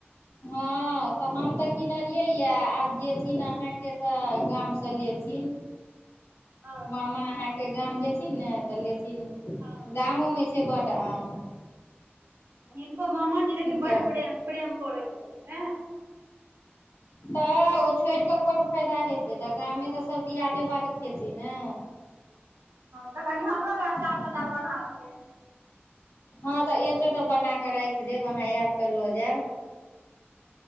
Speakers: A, on the left; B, on the right.
A: हँ तऽ हम तऽ किनलियैए आब जेथिन अहाँके तऽ गामसँ लेथिन
B: अच्छा
A: मामा अहाँके गाम जेथिन ने त ले
B: हँ
A: गामो मे छै सेपाटा आमे
B: हिनको मामााजी लिन
A: तऽ
B: बड़ प्रेम प्रेम करैत छथिन ने
A: तऽ ओ छोड़ कऽ कोन फायदा हे से तऽ गामे तऽ सब दियादे बात खेतै ने
B: तऽ कनि हमरो लए अचार
A: ह
B: तचार बना दिहथि
A: हँ तऽ अयतै तऽ बना कऽ राखि देब अहाँ आयब तऽ लऽ जायब